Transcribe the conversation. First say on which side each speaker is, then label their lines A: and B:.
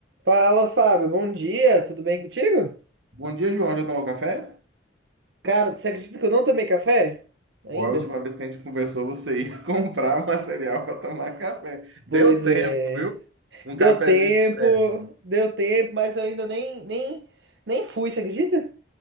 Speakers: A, on the right (about 65°); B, on the right (about 85°).
A: Fala, Fábio. Bom dia, tudo bem contigo?
B: Bom dia, João. Já tomou café?
A: Cara, você acredita que eu não tomei café? Ainda?
B: Ou a última vez que a gente conversou, você ia <laughs> comprar material para tomar café.
A: Pois
B: Deu tempo,
A: é.
B: viu? Um
A: Deu
B: cafezinho
A: tempo,
B: expresso.
A: deu tempo, mas eu ainda nem, nem, nem fui, você acredita?